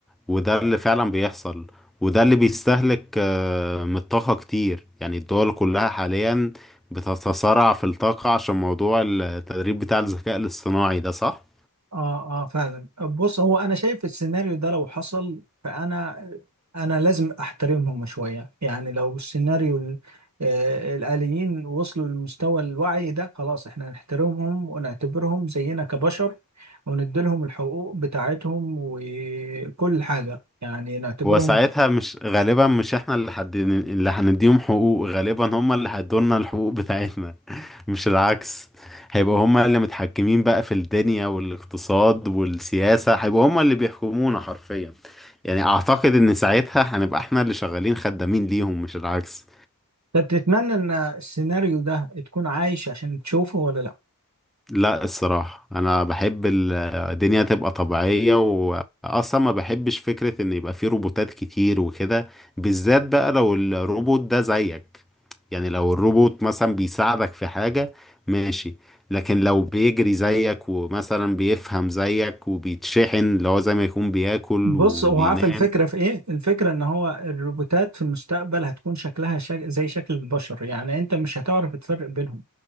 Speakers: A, in the centre; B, on the right.
A: وده اللي فعلا بيحصل وده اللي بيستهلك آه، من الطاقة كتير يعني الدول كلها حاليا بتتصارع في الطاقة عشان موضوع التدريب بتاع الذكاء الاصطناعي ده صح؟
B: اه اه فعلا بص هو انا شايف السيناريو ده لو حصل فانا انا لازم احترمهم شويه يعني لو السيناريو ال- آه، الآليين وصلوا لمستوى الوعي ده خلاص احنا نحترمهم ونعتبرهم زينا كبشر ونديلهم الحقوق بتاعتهم وكل حاجه يعني نعتبرهم
A: هو ساعتها مش غالبا مش احنا اللي حد اللي هنديهم حقوق غالبا هم اللي هيدولنا الحقوق بتاعتنا <laughs> مش العكس هيبقوا هم اللي متحكمين بقى في الدنيا والاقتصاد والسياسة هيبقوا هم اللي بيحكمونا حرفيا يعني اعتقد ان ساعتها هنبقى احنا اللي شغالين خدامين ليهم مش العكس
B: طب تتمنى ان السيناريو ده تكون عايش عشان تشوفه ولا لا
A: لا الصراحة أنا بحب ال- الدنيا تبقى طبيعية وأصلا ما بحبش فكرة إن يبقى في روبوتات كتير وكده بالذات بقى لو الروبوت ده زيك يعني لو الروبوت مثلا بيساعدك في حاجة ماشي لكن لو بيجري زيك ومثلا بيفهم زيك وبيتشحن اللي هو زي ما يكون بياكل
B: بص
A: وبينام
B: هو عارف الفكرة في ايه؟ الفكرة ان هو الروبوتات في المستقبل هتكون شكلها شك... زي شكل البشر يعني انت مش هتعرف تفرق بينهم